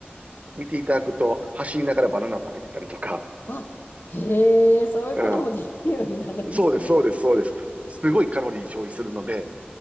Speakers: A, on the right; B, on the left.
A: 見ていただくと、走りながらバナナ食べてたりとか、
B: あ、へえ、そういうこともできるようになるんですね。
A: うんそうです、そうです、そうです。すごいカロリー消費するので、